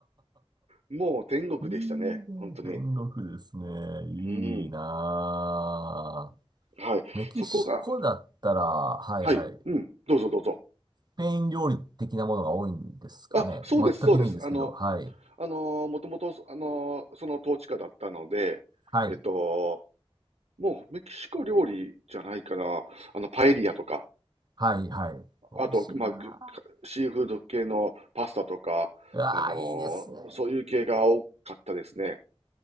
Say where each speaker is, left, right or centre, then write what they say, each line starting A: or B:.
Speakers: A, on the right (about 80°); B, on the right (about 40°).
A: もう天国でしたね、
B: いいね、
A: 本当に。
B: 天国ですね。いいな
A: うん。はい。
B: ぁ。メキシコだったら、
A: そこが、
B: はいはい。
A: はい。うん。どうぞどうぞ。
B: スペイン料理的なものが多いんですかね。
A: あ、そうですそうです。
B: 全くイメージですけど、
A: あの、
B: はい。
A: あのー、もともと、あのー、その統治下だったので、
B: はい。
A: えっと、もうメキシコ料理じゃないかな。あの、パエリアとか、
B: はいはい。美味しいなぁ。
A: あと、まあ、くかシーフード系のパスタとか、
B: うわぁ、
A: あのー、
B: いいですね。
A: そういう系が多かったですね。